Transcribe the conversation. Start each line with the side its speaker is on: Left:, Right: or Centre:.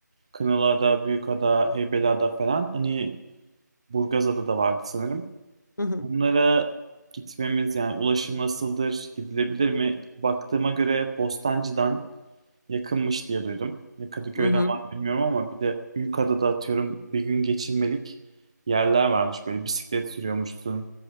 Right: Kınalıada, Büyükada, Heybeliada falan. Hani Burgazada da vardı sanırım.
Left: hı hı,
Right: Bunlara gitmemiz yani ulaşım nasıldır, gidilebilir mi? Baktığıma göre Bostancı'dan yakınmış diye duydum. Ya Kadıköy'den
Left: hı hı,
Right: var mı bilmiyorum ama bir de Büyükada'da atıyorum bir gün geçirmelik yerler varmış. Böyle bisiklet sürüyormuşsun.